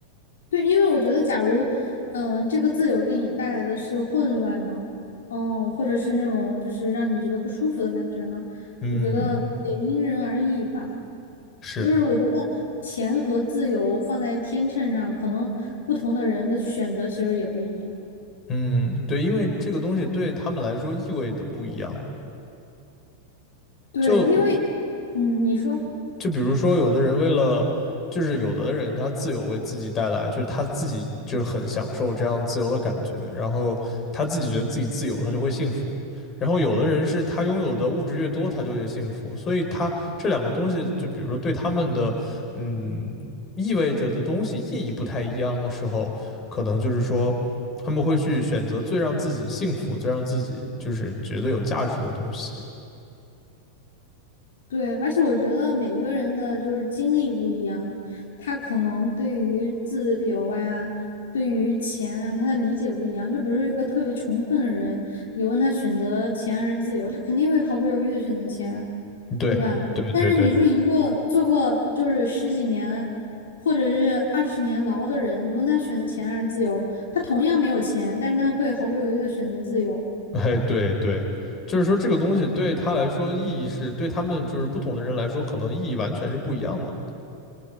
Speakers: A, on the left; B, on the left.
A: 对，因为我觉得，假如，嗯、这个自由给你带来的是混乱呢，哦，或者是那种就是让你觉得不舒服的感觉呢，
B: 嗯，
A: 我觉得得因人而异吧。
B: 是，
A: 就是我觉得钱和自由放在天秤上，可能不同的人的选择其实也不一样。
B: 嗯，对，因为这个东西对他们来说意味的不一样。
A: 对，
B: 就
A: 因为，嗯，你说。
B: 就比如说，有的人为了，就是有的人他自由为自己带来，就是他自己就是很享受这样自由的感觉，然后他自己觉得自己自由，他就会幸福。然后有的人是他拥有的物质越多，他就越幸福。所以他这两个东西，就比如说对他们的，嗯，意味着的东西意义不太一样的时候，可能就是说他们会去选择最让自己幸福、最让自己就是觉得有价值的东西。
A: 对，而且我觉得每一个人的就是经历不一样，他可能对于自由啊，对于钱啊，他的理解不一样。就比如说一个特别穷困的人，你问他选择钱还是自由，他肯定会毫不犹豫的选择钱，
B: 对，
A: 对吧？
B: 对，
A: 但是你说一个做过就是十几年或者是二十年牢的人，
B: 对，对。
A: 你问他选择钱还是自由，他同样没有钱，但是他会毫不犹豫的选择自由。
B: <laughs> 哎，对对，就是说这个东西对他来说意义是，对他们就是不同的人来说，可能意义完全是不一样的。